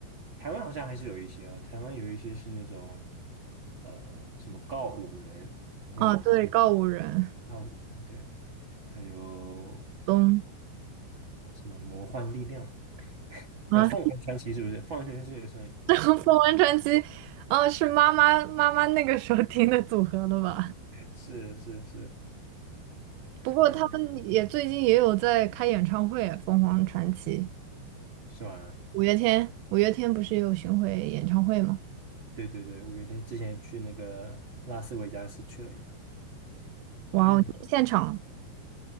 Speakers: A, on the right (about 40°); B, on the right (about 80°).
A: 台湾好像还是有一些啊，台湾有一些是那种呃什么告五人，不知我们听
B: 啊，对，告五人
A: 告五人，对，还有
B: 东
A: 什么魔幻力量，
B: 啊，
A: 还有凤凰传奇是不是？
B: <laughs>
A: 凤凰传奇是也算。
B: 这个凤凰传奇，啊，是妈妈妈妈那个时候听的组合的吧？
A: 是是是，
B: 不过他们也最近也有在开演唱会啊，
A: 反正
B: 凤凰传奇。
A: 是吧？
B: 五月天，五月天不是有巡回演唱会吗？
A: 对对对，五月天之前去那个拉斯维加斯去了一趟，
B: 哇哦，
A: <clears throat>
B: 你去现场，